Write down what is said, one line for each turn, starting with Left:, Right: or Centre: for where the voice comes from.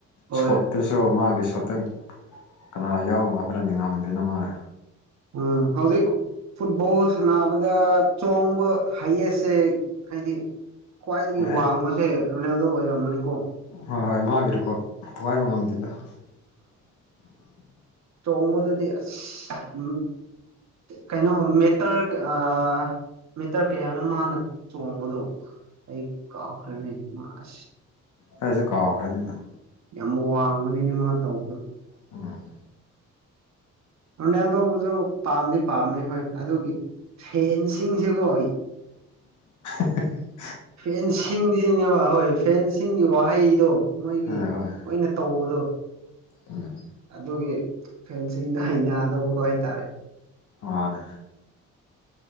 Right: ꯍꯣꯏ
Left: ꯁꯣꯠꯇꯨꯁꯨ ꯃꯥꯒꯤꯁꯨ ꯐꯠꯇꯪ ꯀꯅꯥ ꯌꯥꯎꯕ ꯉꯕꯂꯗꯤ ꯉꯝꯗꯦꯅ ꯃꯥꯜꯂꯦ
Right: ꯑ ꯍꯧꯥꯎꯖꯤ ꯐꯨꯠꯕꯣꯜ ꯁꯥꯟꯅꯕꯗ ꯆꯣꯡꯕ ꯍꯥꯏꯌꯦꯁꯁꯦ ꯍꯥꯏꯗꯤ ꯈ꯭ꯋꯥꯏꯗꯒꯤ
Left: ꯑꯦ
Right: ꯋꯥꯡꯕꯁꯦ ꯔꯣꯅꯦꯜꯗꯣ ꯑꯣꯏꯔꯝꯃꯅꯤꯀꯣ
Left: ꯍꯣꯏ ꯍꯣꯏ ꯃꯥꯒꯤꯔꯀꯣ ꯊꯒꯥꯏꯕ ꯉꯝꯗꯦꯗ <unintelligible>
Right: ꯇꯣꯡꯉꯕꯗꯗꯤ ꯎꯝ ꯀꯩꯅꯣ ꯃꯦꯇꯔ ꯑ ꯃꯦꯇꯔ ꯀꯌꯥꯅꯣ ꯃꯥꯅ ꯆꯣꯡꯕꯗꯣ ꯑꯩ ꯀꯥꯎꯈ꯭ꯔꯅꯤ ꯃꯥꯁ
Left: ꯀꯁꯦ ꯀꯥꯎꯈ꯭ꯔꯗꯅ
Right: ꯌꯥꯝ ꯋꯥꯡꯕꯅꯤꯅꯦ ꯃꯥ ꯇꯧꯕꯗꯣ
Left: ꯑ <unintelligible>
Right: ꯑꯗꯨꯣꯔꯅꯦ ꯑꯗꯣꯕꯨꯁꯨ ꯄꯥꯝꯗꯤ ꯄꯥꯝꯃꯦ ꯍꯣꯏ ꯑꯗꯨꯒꯤ ꯐꯦꯟꯁꯤꯡꯁꯤꯕꯨꯣ
Left: ꯍ <unintelligible>
Right: ꯐꯦꯟꯁꯤꯡꯁꯤꯅꯦꯕ ꯍꯣꯏ ꯐꯦꯟꯁꯤꯡꯒꯤ ꯋꯥꯍꯩꯗꯣ ꯃꯣꯏꯒꯤ
Left: ꯍꯣꯏ ꯍꯣꯏ
Right: ꯂꯣꯏꯅ ꯇꯧꯕꯗꯣ
Left: ꯎꯝ
Right: ꯑꯗꯨꯒꯤ ꯐꯦꯟꯁꯤꯡꯗ ꯍꯩꯅꯗꯕꯀꯣ ꯍꯥꯏꯇꯥꯔꯦ
Left: ꯑꯅ